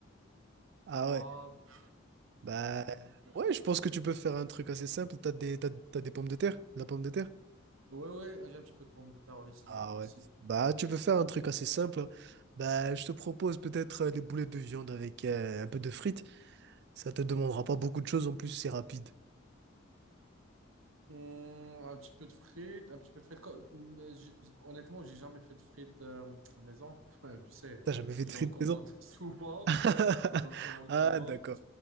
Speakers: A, on the right; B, on the right.
A: Ah
B: poivre.
A: ouais. Bah
B: Euh, quoi d'autre
A: ouais, je pense que tu peux faire un truc assez simple. T'as des t'as, t'as des pommes de terre? De La pomme de terre?
B: ouais, ouais, j'ai un petit peu de pommes de terre aussi.
A: Ah
B: aussi.
A: ouais. Bah tu peux faire un truc assez simple. hein. Bah je te propose peut-être euh, les boulettes de viande avec euh, un peu de frites. Ça te demandera pas beaucoup de choses en plus, c'est rapide.
B: Hum, un petit peu de frites, un petit peu de frites. Co- mais j- Honnêtement, j'ai jamais fait de frites euh, en maison. <laughs> Tu sais,
A: T'as jamais fait
B: j'en
A: de frites,
B: commande <laughs> souvent.
A: <laughs>
B: <laughs> J'en commande
A: Ah,
B: souvent.
A: d'accord.